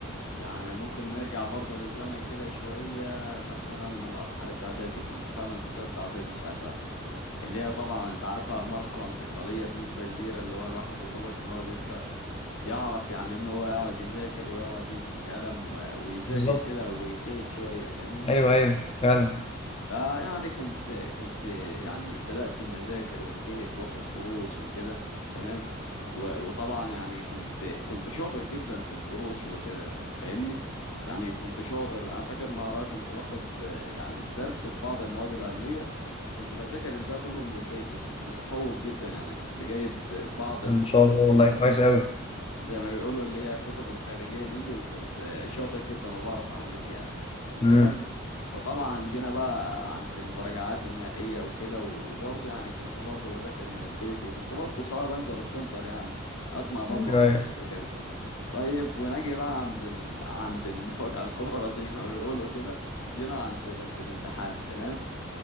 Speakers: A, on the left; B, on the left.
A: يعني ممكن نرجع برضو للزمن كده شويه مثلا لمرحله اعدادي كنت فعلا في تالتة اعدادي ساعتها اللي هي طبعا انت عارفها مرحله انتقاليه بنسبه كبيره اللي هو الواحد يا دوبك ان هو بيبدا يعرف يعني ان هو يقعد يذاكر ويقعد يمسك قلم ويذاكر
B: بالظبط
A: كده ويجتهد شويه فاهمني
B: ايوه ايوه فعلا
A: فيعني كنت كنت يعني بدأت إن أذاكر وأجتهد وآخد دروس وكده تمام و- وطبعا يعني كنت كنت شاطر جدا في الدروس وكده فاهمني يعني كنت شاطر أنا فاكر إن أنا كنت باخد آه، يعني درس في بعض المواد العلمية وكنت بذاكر الباقي كله من البيت وكنت متفوق جدا يعني كنت جايب بعض الكتب
B: ان شاء الله والله
A: اللي هي
B: كويس قوي
A: زي ما بيقولوا اللي هي الكتب الخارجية دي دي وكنت شاطر جدا وبعرف أحل فيها تمام
B: امم
A: وطبعا جينا بقى عند المراجعات النهائية وكده وبرضه يعني كنت برضه بذاكر من البيت وكنت برضه سواء بنزل السنتر يعني أسمع برضه
B: ايوه
A: حصص
B: ايوه
A: وكده طيب ونجي بقى عند ال... عند المفاجأة الكبرى زي ما بيقولوا كده جينا عند ليلة الامتحان تمام